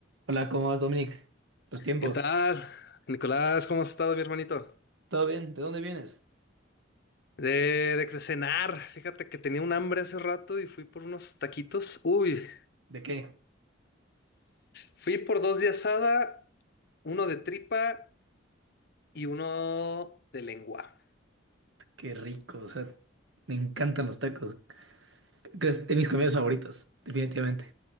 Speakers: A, on the right (about 65°); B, on the left (about 55°).
A: Hola, ¿cómo vas, Dominic? Los tiempos.
B: ¿Qué tal? Nicolás, ¿cómo has estado, mi hermanito?
A: ¿Todo bien? ¿De dónde vienes?
B: De, de, de cenar, fíjate que tenía un hambre hace rato y fui por unos taquitos. Uy,
A: ¿De qué?
B: fui por dos de asada, uno de tripa y uno de lengua.
A: Qué rico, o sea, me encantan los tacos. Que es de mis comidas favoritas, definitivamente.